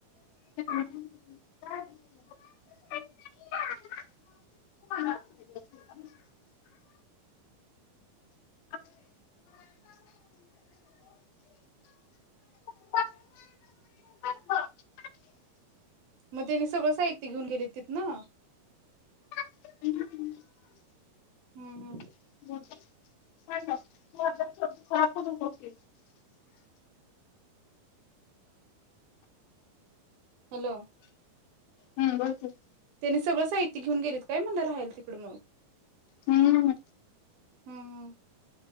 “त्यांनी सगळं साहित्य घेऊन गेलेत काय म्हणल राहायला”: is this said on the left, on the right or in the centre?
Right